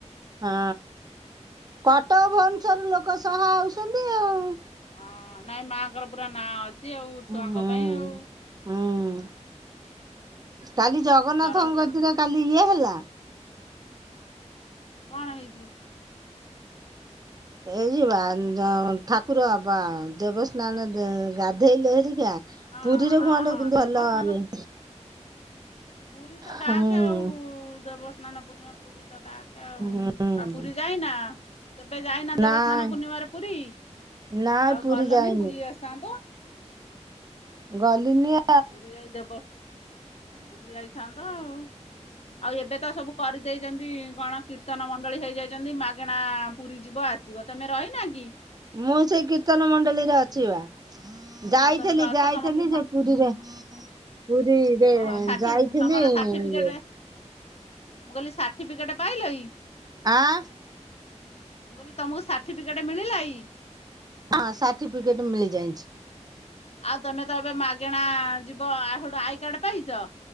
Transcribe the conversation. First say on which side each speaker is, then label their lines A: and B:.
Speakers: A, on the right (about 35°); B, on the left (about 60°).
A: ହଁ କଟକ ଭୁବନେଶ୍ୱର ଲୋକ ସହ ଆଉଛନ୍ତି ଆଉ।
B: ହଁ ନାଇଁ ମାଆଙ୍କର ପୁରା ନାଁ ଅଛି ଆଉ
A: ହୁଁ।
B: ଛୁଆଙ୍କ ପାଇଁ ଆଉ।
A: ହୁଁ କାଲି
B: ଯେକୌଣସି
A: ଜଗନ୍ନାଥଙ୍କ
B: ଜର ହେଲେ
A: କତିରେ କାଲି ଇଏ ହେଲା।
B: କଣ ହେଇଛି?
A: ଏଇ ବା ଠାକୁର ବା ଦେବସ୍ନାନ ଗାଧେଇଲେ ହେରିକା।
B: ହଁ
A: ପୁରୀ ରେ
B: ହଁ
A: କୁହନ୍ତି
B: ହଁ ଦେବସ୍ନାନ
A: ଭଲ ହୁଏ।
B: ପୁରୀ ତ ଡାକ
A: ହୁଁ
B: ଆଉ, ଦେବସ୍ନାନ ପୂର୍ଣ୍ଣିମା ପୁରୀ ତ ଡାକ। ଆଉ
A: ହୁଁ।
B: ଆଉ ପୁରୀ ଯାଇନା କେବେ ଯାଇନା
A: ନାଇଁ
B: ଦେବସ୍ନାନ ପୂର୍ଣ୍ଣିମାରେ ପୁରୀ?
A: ନାଇଁ
B: ଆଉ
A: ପୁରୀ
B: ଗଲନି
A: ଯାଇନି
B: ବୁଲି ଆସିଥାନ୍ତ।
A: ଗଲିନି ଆ
B: ପୁରୀ ଯାଇ ଦେବ ବୁଲି ଯାଇଥାନ୍ତ ଆଉ ଆଉ ଏବେ ତ ସବୁ କରିଦେଇଛନ୍ତି ଗଣ କୀର୍ତ୍ତି କୀର୍ତ୍ତନ ମଣ୍ଡଳୀ ହେଇଯାଇଛନ୍ତି ମାଗେଣା ପୁରୀ ଯିବ ଆସିବ ତମେ ରହିନା କି?
A: ମୁଁ ସେଇ କୀର୍ତ୍ତନ ମଣ୍ଡଳୀରେ ଅଛି ବା। ଯାଇଥିଲି
B: ଆଉ ତମେ ତ
A: ଯାଇଥିଲି
B: ଅଛ ତମର ତ ମା
A: ଯେ ପୁରୀରେ ପୁରୀ ରେ
B: ଓହୋ ଷାଠି
A: ଯାଇଥିଲି
B: ତମର ସାର୍ଟିଫିକେଟ
A: ଇଏ
B: ମୁଁ କହିଲି ସାର୍ଟିଫିକେଟ ପାଇଲ ଇ।
A: ଆଁ।
B: ମୁଁ କହିଲି ତମକୁ ସାର୍ଟିଫିକେଟ ମିଳିଲା ଇ।
A: ହଁ ସାର୍ଟିଫିକେଟ ମିଳିଯାଇଛି।
B: ଆଉ ତମେ ତ ଏବେ ମାଗେଣା ଯିବ ଆ ହେଠୁ ଆଇ କାର୍ଡ ପାଇଚ?